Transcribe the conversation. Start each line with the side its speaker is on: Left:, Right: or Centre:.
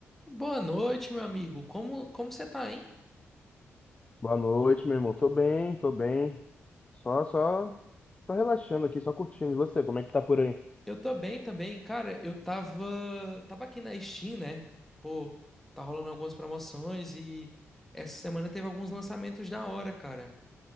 Centre: Boa noite, meu amigo. Como como você tá, hein?
Left: Boa noite, meu irmão. Tô bem, tô bem. Só, só, só relaxando aqui, só curtindo. E você, como é que tá por aí?
Centre: Eu tô bem também. Cara, eu tava tava aqui na Steam, né? Pô, tá rolando algumas promoções e essa semana teve alguns lançamentos da hora, cara.